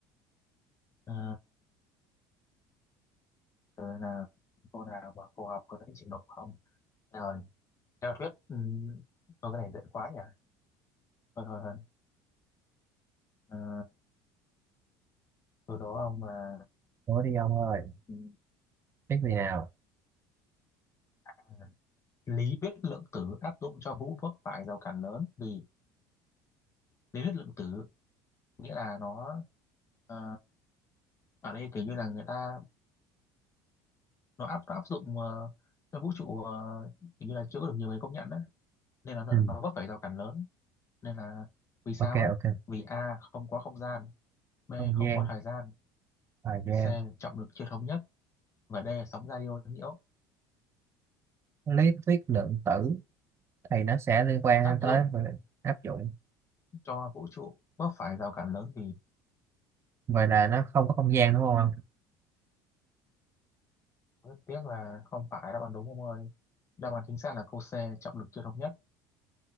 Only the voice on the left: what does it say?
ờ, từ là cô nào mà phù hợp với trình độ của ông Ờ, theo thuyết ừ, thôi cái này dễ quá nhỉ thôi thôi thôi à, sau đó ông là
ừ,
à, lý thuyết lượng tử áp dụng cho hữu vấp phải rào cản lớn vì lý thuyết lượng tử nghĩa là nó ờ, ở đây kiểu như là người ta nó áp nó áp dụng ờ, cho vũ trụ ờ, kiểu như là chưa có được nhiều người công nhận đấy nên là nó,
nó vấp phải rào cản lớn nên là vì sao
á
vì a không có không gian b
không
có thời gian
c trọng lực chưa thống nhất và d sóng radio nhiễu
áp dụng
cho vũ trụ bớt phải rào cản lớn vì
rất tiếc là không phải đáp án đúng ông ơi đáp án chính xác là câu C trọng lực chưa thống nhất